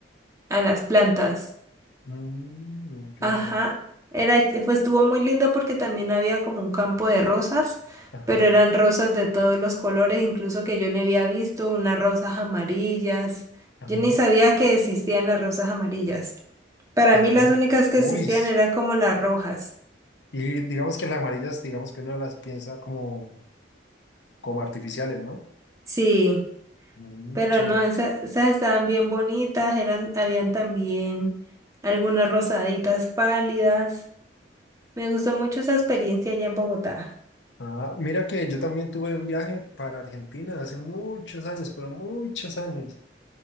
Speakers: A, on the right; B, on the left.
A: a las plantas.
B: Mm, entiendo.
A: Ajá, era, fue estuvo muy lindo porque también había como un campo de rosas,
B: Ajá,
A: pero eran rosas de todos los colores, incluso que yo ni había visto, unas rosas amarillas.
B: ajá,
A: Yo ni sabía que existían las rosas amarillas. Para
B: ajá.
A: mí las únicas que
B: Uy.
A: existían
B: s-
A: eran como las rojas.
B: Y digamos que las amarillas, digamos que uno las piensa como, como artificiales, ¿no?
A: Sí,
B: Mm,
A: pero
B: chévere.
A: no, esa- esas estaban bien bonitas, eran, habían también algunas rosaditas pálidas. Me gustó mucho esa experiencia allá en Bogotá.
B: Ah, mira que yo también tuve un viaje para Argentina hace muchos años, pero muchos años.